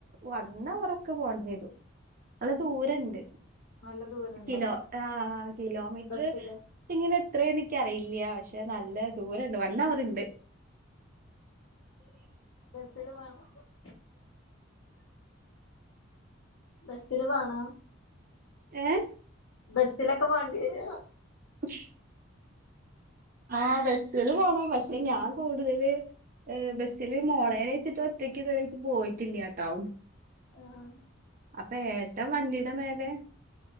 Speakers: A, on the right; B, on the left.
A: വൺ അവ റൊക്കെ പോകേണ്ടി വരും. അടെ ദൂരണ്ട്
B: നല്ല ദൂരണ്ടോ
A: കിലോ ആ കിലോ മീറ്ററ്
B: ബസ്സില്
A: ച്ചെങ്ങനെ എത്രെ എന്ന് ഇക്ക്യറിയില്ല്യ പക്ഷെ നല്ല ദൂരണ്ട് വൺ അവറ്ണ്ട്.
B: ബസ്സില് <unintelligible> ബസില് വാണ
A: ഏഹ്
B: ബസ്സിലൊക്കെ പോണ്ടി എരൊ
A: <inaudible> ആഹ് ബസ്സില് പോണം പക്ഷെ ഞാൻ കൂടുതല്. ഏഹ് ബസ്സില് മോളേനെ വെച്ചിട്ട് ഒറ്റക്ക് ഇതുവരെ ആയിട്ട് പോയിട്ടില്ലാട്ടോ.
B: ആ
A: അപ്പൊ ഏട്ടം വണ്ടിടെ മേലേ